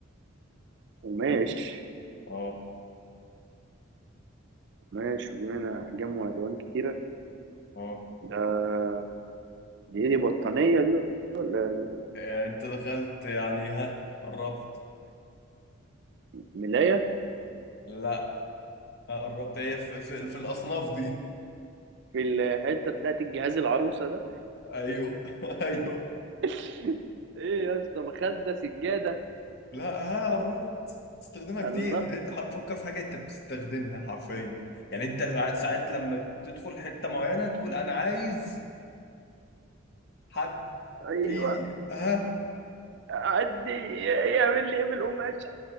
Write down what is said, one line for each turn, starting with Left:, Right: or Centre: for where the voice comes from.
Right: قماش
Left: اه
Right: قماش ودي منها احجام والوان كتيرة
Left: اه
Right: ده دي ايه دي بطانية دي ولا دي
Left: آه، انت دخلت يعني ها قربت
Right: ملاية
Left: لا ها قربت هي في, في, في الاصناف دي
Right: في الحتة بتاعت الجهاز العروسة ده
Left: ايوه <laughs> ايوه
Right: <laughs> ايه يا اسطى مخدة سجادة
Left: لا ها قربت استخدمها كتير
Right: الله
Left: انت ح- فكر في حاجه انت بتستخدمها حرفيا يعني انت ساع- ساعات لما تدخل حته معينه تقول انا عايز حد
Right: ايوه
Left: في ها
Right: عدي يعمل لي ايه بالقماش